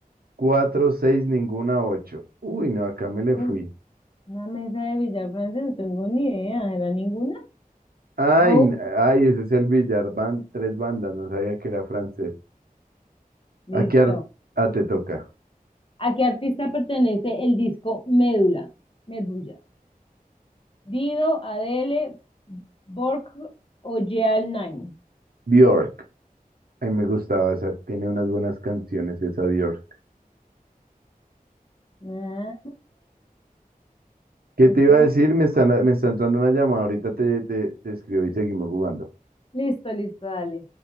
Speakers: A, on the right; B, on the left.
A: Cuatro, seis, ninguna, ocho. Uy, no, acá me le
B: Uy,
A: fui.
B: una mesa de billar francés, no tengo ni idea. ¿Era ninguna?
A: Ay,
B: Ah, uh,
A: n- ay, ese es el billar, van tres bandas, no sabía que era francés.
B: listo.
A: Aquí ar- ah, te toca.
B: ¿A qué artista pertenece el disco Médula? Medulla. Dido, Adele, Borg o Jeal Nine.
A: Bjork. Ay, me gustaba esa, tiene unas buenas canciones esa Bjork.
B: Ah,
A: ¿Qué
B: estoy
A: te iba
B: por
A: a decir?
B: acá.
A: Me están, me está entrando una llamada. Ahorita te, te, te escribo y seguimos jugando.
B: Listo, listo, dale.